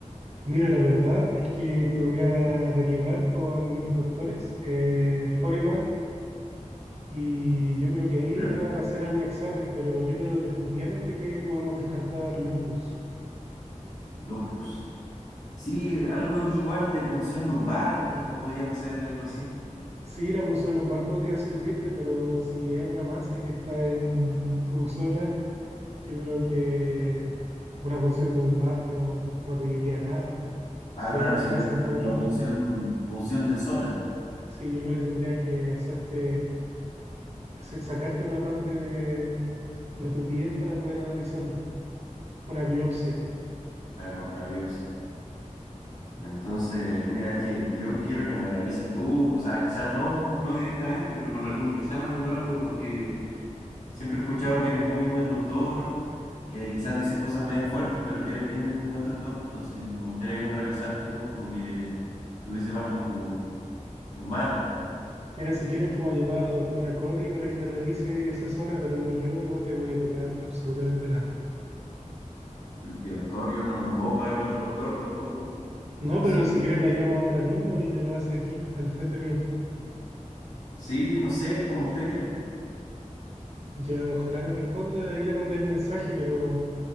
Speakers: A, on the right; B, on the left.
A: Mira, la verdad es que te voy a derivar con mis doctores, eh, Foreman, y yo creo que ahí
B: Pero
A: te van a hacer algún examen, pero yo creo definitivamente que podemos descartar lupus.
B: Lupus. Sí, algo vi igual de punción lumbar que me podían hacer algo así.
A: Sí, la punción lumbar podría servirte, pero si es una masa que está en tu zona, Yo creo que una punción de un mar no, no te diría nada.
B: Ah,
A: Si
B: claro,
A: es una
B: sería
A: masa
B: una,
A: no benigna.
B: una punción, punción de zona.
A: Sí, yo creo que tendría que hacerte, hacer, sacarte una parte de, de tu piel para poder analizarla. Una biopsia.
B: Claro, una biopsia. Entonces, mira, es que yo quiero que me revises tú, o sea, quizás no, no directamente, pero con algún examen o algo, porque siempre he escuchado que eres muy buen doctor, que quizás dices cosas media fuertes, pero que eres bien buen doctor. Entonces, me gustaría que me revisaras tú o que tuviese bajo tu, tus manos.
A: Mira, si quieres puedo llamar a la doctora Cody para que te revise esa zona, pero yo no te voy a tocar absolutamente nada.
B: Porque doctor, yo no, no puedo pagarle a otro doctor tampoco.
A: No,
B: O
A: pero
B: sí,
A: si quieres la llamo ahora mismo y te lo hace aquí, al frente mío.
B: sí, no sé, como usted quiera.
A: Ya, ojalá me responda. Ahí le mandé el mensaje, pero